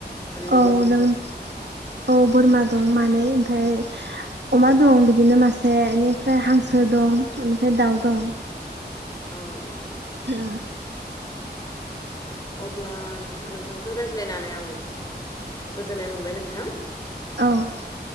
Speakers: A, on the left; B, on the right.
A: ओरैनो
B: औ
A: बोरमाफोर
B: नों औ बोरमा दं मानै ओमफ्राय अमा दं बिदिनो मासे बेनिफ्राय हां हांसो दं
A: औ
B: बेनिफ्राय दाउ दं
A: औ औ नोंथां
B: ह <inaudible>
A: अब्ला नोंथां नोंथांजों रायज्लायनानै आं गोजोननाय मोनबाय नोंथां
B: औ